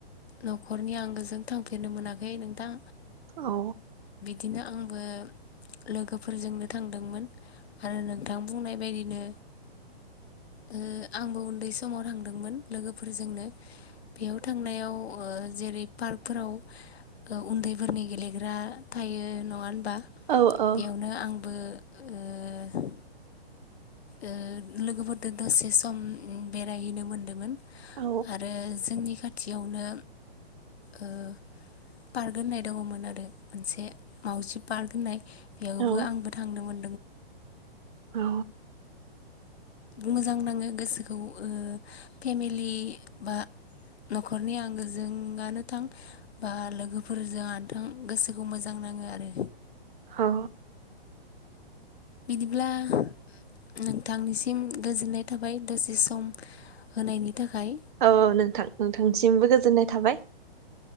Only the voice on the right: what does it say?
औ
औ औ
औ
औ
औ
ह
औ नोंथां नोंथांसिमबो गोजोननाय थाबाय